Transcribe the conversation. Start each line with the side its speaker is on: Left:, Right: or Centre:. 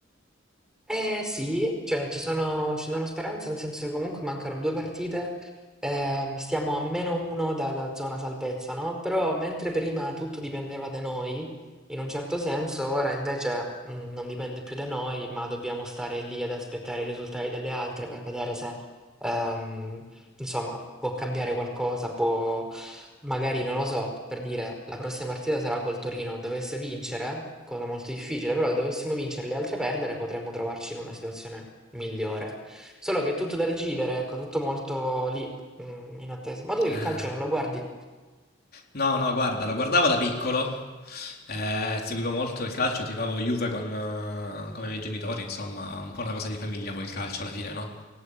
Centre: Eh sì, cioè ci sono, ci sono speranze, nel senso che comunque mancano due partite, ehm, stiamo a meno uno dalla zona salvezza, no? Però mentre prima tutto dipendeva da noi, in un certo senso, ora invece mh, non dipende più da noi, ma dobbiamo stare lì ad aspettare i risultati delle altre per vedere se, ehm, insomma, può cambiare qualcosa, può, Magari non lo so, per dire, la prossima partita sarà col Torino, dovesse vincere, cosa molto difficile, però dovessimo vincere e le altre perdere, potremmo trovarci in una situazione migliore. Solo che è tutto da decidere, ecco, tutto molto lì, mm, in attesa. Ma tu il
Left: Eh.
Centre: calcio non lo guardi?
Left: No, no, guarda, lo guardavo da piccolo, eh, seguivo molto il calcio, tifavo Juve con, eh, come i miei genitori, insomma, un po' una cosa di famiglia poi il calcio alla fine, no?